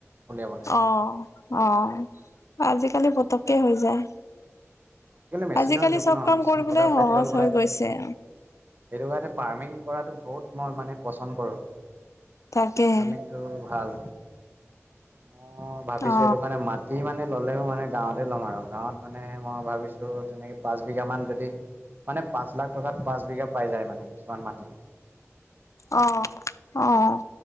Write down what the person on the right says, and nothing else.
উলিয়াব লাগে।
মেচিনৰ
যুগ
ন
মেচিন
পতা পেট্ৰল
ভৰাই
পতা
সেইটো কাৰণে ফাৰ্মিং কৰাটো বহুত মই মানে পচন কৰোঁ।
ফাৰ্মিংটো ভাল মই ভাবিছোঁ,
এইটো কাৰণে মাটি মানে ল'লেও মানে গাঁৱত গাঁৱতে ল'ম আৰু গাঁৱত মানে মই ভাবিছোঁ এনেকে পাঁচ বিঘা মান যদি, মানে পাঁচ লাখ টকাত পাঁচ বিঘা পাই যায় মানে কিছুমান মাটিত।